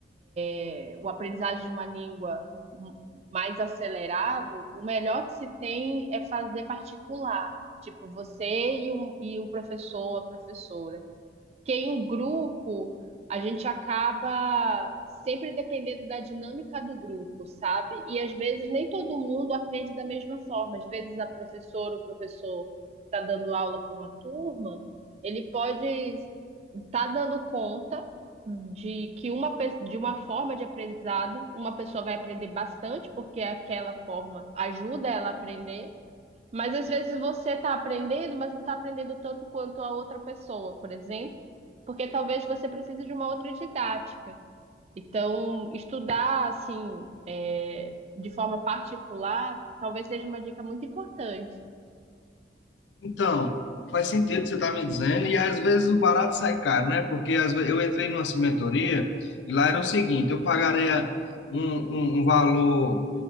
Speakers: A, on the right; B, on the left.
A: é, o aprendizado de uma língua m- mais acelerado, o melhor que se tem é fazer particular. Tipo, você e um, e o professor, a professora. Porque em grupo, a gente acaba sempre dependendo da dinâmica do grupo, sabe? E às vezes nem todo mundo aprende da mesma forma. Às vezes a professora ou o professor está dando aula para uma turma, ele pode estar dando conta de que uma, pe- de uma forma de aprendizado, uma pessoa vai aprender bastante, porque aquela forma ajuda ela a aprender, mas às vezes você está aprendendo, mas não está aprendendo tanto quanto a outra pessoa, por exemplo, porque talvez você precise de uma outra didática. Então, estudar assim, é, de forma particular, talvez seja uma dica muito importante.
B: Então, faz sentido o que você está me dizendo, e às vezes o barato sai caro, né? Porque às vezes, eu entrei numa cimentoria e lá era o seguinte: eu pagaria um, um, um valor